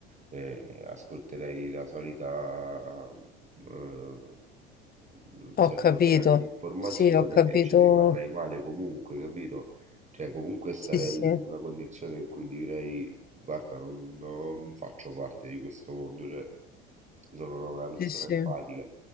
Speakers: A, on the right; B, on the left.
A: eh, ascolterei la solita, eh, mm, il solito
B: Ho capito,
A: canale di informazione
B: sì, ho capito,
A: e ci rimarrei male comunque, capito? Cioè, comunque Sì.
B: sì,
A: sarei
B: sì,
A: in una condizione in cui direi, guarda, non, non faccio parte di questo mondo, cioè, sono una persona
B: sì, sì.
A: empatica,